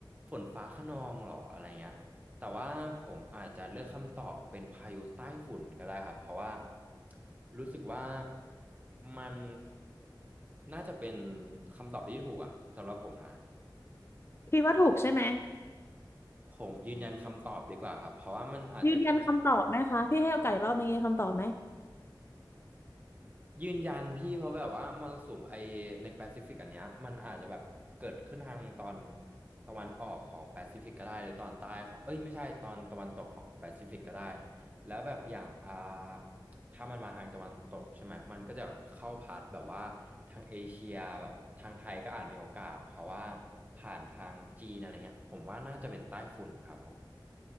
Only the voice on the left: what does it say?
คิดว่าถูกใช่ไหม
ยืนยันคำตอบไหมคะพี่ให้โอกาสอีกรอบนึงยืนยันคำตอบไหม